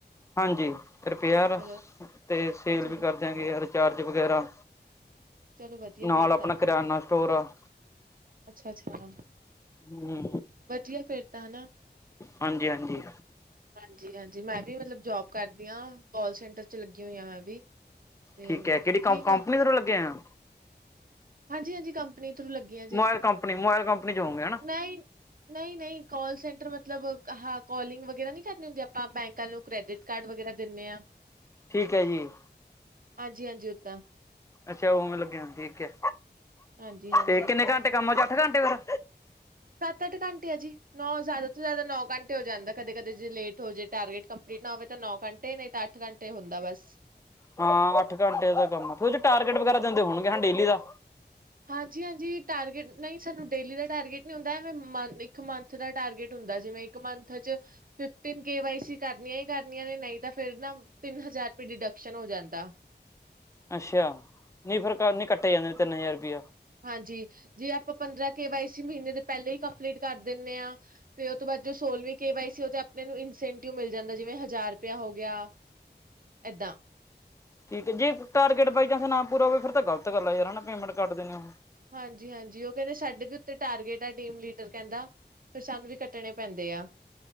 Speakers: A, on the left; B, on the right.
A: ਹਾਂਜੀ ਰਿਪੇਅਰ
B: ਚਲੋ
A: ਤੇ ਸੇਲ
B: ਅੱਛਾ
A: ਵੀ
B: ਜੀ
A: ਕਰ, ਰਿਚਾਰਜ ਵਗੈਰਾ
B: ਚਲੋ ਵਧੀਆ
A: ਨਾਲ
B: ਫੇਰ
A: ਆਪਣਾ ਕਰਿਆਨਾ ਸਟੋਰ, ਆ
B: ਅੱਛਾ ਅੱਛਾ,
A: ਹਮ,
B: ਵਧੀਆ ਫੇਰ ਤਾ ਹਨਾ,
A: ਹਾਂਜੀ-ਹਾਂਜੀ।
B: ਹਾਂਜੀ-ਹਾਂਜੀ। ਮੈਂ ਵੀ ਮਤਲਬ ਜੋਬ ਕਰਦੀ ਹਾਂ, ਕੋਲ ਸੈਂਟਰ ਚ ਲੱਗੀ ਹੋਈ ਹਾਂ ਮੈਂ ਵੀ। ਤੇ
A: ਠੀਕ ਐ‌। ਕਿਹੜੀ ਕੰ
B: ਠੀਕ
A: ਕੰਪਨੀ
B: ਆ
A: ਵੱਲੋਂ ਲੱਗੇ ਆ?
B: ਹਾਂਜੀ ਹਾਂਜੀ ਕੰਪਨੀ ਥਰੂ ਲੱਗੀਆਂ ਜੀ।
A: ਮੋਬਾਇਲ ਕੰਪਨੀ ਮੋਬਾਇਲ ਕੰਪਨੀ ਚ ਹੋਗੇ ਹਨਾ।
B: ਮੈਂ ਈ ਨਹੀਂ-ਨਹੀਂ। ਕਾਲ ਸੈਂਟਰ ਮਤਲਬ ਆਹਾਂ ਕੋਾਲਿੰਗ ਵਗੈਰਾ ਨਹੀਂ ਕਰਨੀ ਹੁੰਦੀ ਆਪਾਂ ਬੈਂਕ ਨੂੰ ਕ੍ਰੇਡਿਟ ਕਾਰਡ ਵਗੈਰਾ ਦਿੰਦੇ ਆ।
A: ਠੀਕ ਹੈ ਜੀ।
B: ਹਾਂਜੀ-ਹਾਂਜੀ ਓਦਾਂ
A: ਅੱਛਾ ਉਵੇਂ ਲੱਗੇ ਹੋਏ ਓ। ਠੀਕ ਏ
B: ਹਾਂਜੀ-ਹਾਂਜੀ
A: ਤੇ ਕਿੰਨੇ ਘੰਟੇ ਕੰਮ ਆ ਚ ਅੱਠ ਘੰਟੇ ਫੇਰ
B: ਸੱਤ-ਅੱਠ ਘੰਟੇ ਐ ਜੀ‌। ਨੌ ਜ਼ਿਆਦਾ ਤੋਂ ਜ਼ਿਆਦਾ ਨੌ ਘੰਟੇ ਹੋ ਜਾਂਦਾ ਕਦੇ-ਕਦੇ। ਜੇ ਲੇਟ ਹੋ ਜਾਵੇ, ਟਾਰਗੇਟ ਕੰਪਲੀਟ ਨਾ ਹੋਵੇ ਤਾਂ ਨੌ ਘੰਟੇ ਨਹੀਂ ਤਾਂ ਅੱ ਅੱਠ ਘੰਟੇ ਹੁੰਦਾ ਬਸ।
A: ਹਾਂ ਅੱਠ ਘੰਟੇ ਦਾ ਕੰਮ। ਫੇਰ ਉਹ ਚ ਟਾਰਗੇਟ ਵਗੈਰਾ ਦਿੰਦੇ ਹੋਣਗੇ ਡੇਲੀ ਦਾ
B: ਹਾਂਜੀ-ਹਾਂਜੀ। ਟਾਰਗੇਟ ਨਹੀਂ, ਸਾਨੂੰ ਡੇਲੀ ਦਾ ਟਾਰਗੇਟ ਨਹੀਂ ਹੁੰਦਾ ਮੰ ਐਵੇ ਇੱਕ ਮੰਥ ਦਾ ਟਾਰਗੇਟ ਹੁੰਦੈ ਜਿਵੇਂ ਇੱਕ ਮੰਥ ਚ ਫਿਫਟੀਨ ਕੇ ਵਾਈ ਸੀ ਕਰਨੀਆਂ ਹੀ ਕਰਨੀਆਂ ਨੇ ਨਹੀਂ ਤਾਂ ਫੇਿਰ ਨਾ ਤਿੰਨ ਹਜ਼ਾਰ ਰੁਪਏ ਡਿਡਕਸ਼ਨ ਹੋ ਜਾਂਦਾ।
A: ਅੱਛਾ। ਨਹੀਂ ਫਿਰ ਨ ਕੱਟੇ ਜਾਂਦੇ ਨੇ ਤਿੰਨ ਹਜ਼ਾਰ ਰੁਪਇਆ।
B: ਹਾਂਜੀ। ਜੇ ਆਪਾਂ ਪੰਦਰਾਂ ਕੇ ਵਾਈ ਸੀ ਮਹੀਨੇ ਦੇ ਪਹਿਲੇਾਂ ਹੀ ਕੰਪਲੀਟ ਕਰ ਦਿੰਨੇ ਆ ਤੇ ਉਹ ਤੋਂ ਬਾਅਦ ਜੋ ਸੋਲਵੀਂ ਕੇ ਵਾਈ ਸੀ, ਉਹ ਤੇ ਆਪਣੇ ਨੂੰ ਇਨਸੇਟਿਵ ਮਿਲ ਜਾਂਦਾ। ਜਿਵੇਂ ਹਜ਼ਾਰ ਰੁਪੇਆ ਹੋ ਗਿਆ। ਏਦਾ
A: ਠੀਕ ਐ। ਜੇ ਟਾਰਗੇਟ ਬਾਈ ਚਾਂਸ ਨਾ ਪੂਰਾ ਹੋਵੇ ਫਿਰ ਤਾਂ ਗਲਤ ਗੱਲ ਹੈ ਯਾਰ ਨਾ ਪੇਮੈਂਟ ਕੱਟ ਦੇ ਨੇ ਓਹੋ।
B: ਹਾਂਜੀ-ਹਾਂਜੀ। ਉਹ ਕਹਿੰਦੇ ਸਾਡੇ ਵੀ ਉੱਤੇ ਟਾਰਗੇਟ ਆ ਟੀਮ ਲੀਡਰ ਕਹਿੰਦਾ ਫੇਰ ਸਾਨੂੰ ਵੀ ਕੱਟਣੇ ਪੈਂਦੇ ਆ।